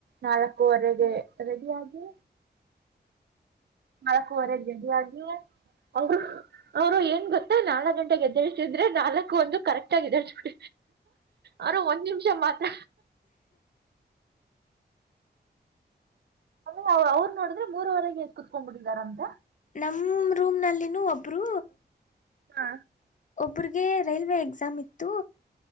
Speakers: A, on the right; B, on the left.
A: ನಾಲ್ಕುವರೆಗೆ ರೆಡಿ ಆಗಿ ನಾಲ್ಕೂವರೆ ಗಡಿ ಆ ಅವರು ಅವರು ಏನ್ ಗೊತ್ತ ನಾಲ್ಕ್ ಗಂಟೆಗೆ ಎದ್ದಳ್ಸಿದ್ರೆ ನಾಲ್ಕು ಒಂದು ಕರೆಕ್ಟ್ ಆಗ ಎಳ್ಬ ಅವರು ಒಂದ್ ನಿಮಿಷ ಮಾತ್ರ ಆದ್ರೆ ಅವ ಅವ್ರು ನೋಡಿದ್ರೆ ಮೂರವರೆಗೆ ಎದ್ದು ಕುತ್ಕೊಂಡ್ ಬಿಟ್ಟಿದಾರ ಅಂತ
B: ನಮ್ಮ ರೂಮ್ನಲ್ಲಿನೂ ಒಬ್ರು
A: ಹಾ
B: ಒಬ್ರರಿಗೆ ರೈಲ್ವೆ ಎಕ್ಸಾಮ್ ಇತ್ತು